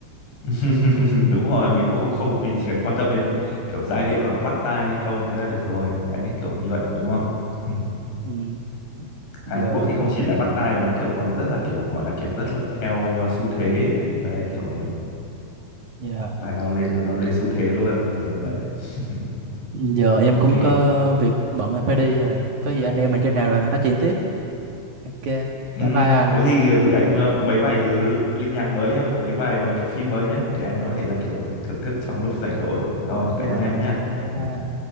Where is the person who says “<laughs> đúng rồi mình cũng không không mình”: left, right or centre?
Left